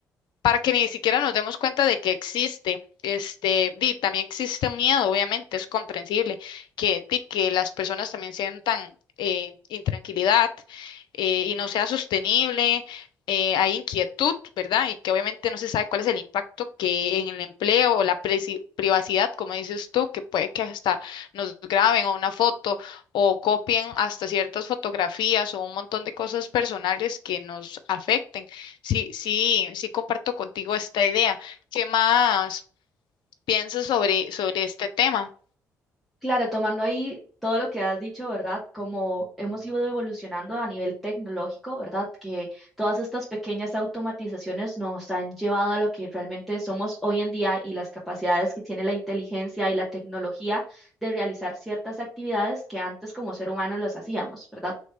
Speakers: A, on the left; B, in the centre.
A: para que ni siquiera nos demos cuenta de que existe. Este, di, también existe un miedo, obviamente, es comprensible que, di, que las personas también sientan eh, intranquilidad eh, y no sea sostenible, eh, hay inquietud, ¿verdad? Y que obviamente no se sabe cuál es el impacto que en el empleo o la presi- privacidad, como dices tú, que puede que hasta nos graben o una foto o copien hasta ciertas fotografías o un montón de cosas personales que nos afecten. Sí, sí, sí comparto contigo esta idea. ¿Qué más piensas sobre, sobre este tema?
B: Claro, tomando ahí todo lo que has dicho, ¿verdad? Como hemos ido evolucionando a nivel tecnológico, ¿verdad? Que todas estas pequeñas automatizaciones nos han llevado a lo que realmente somos hoy en día y las capacidades que tiene la inteligencia y la tecnología de realizar ciertas actividades que antes como ser humano los hacíamos, ¿verdad?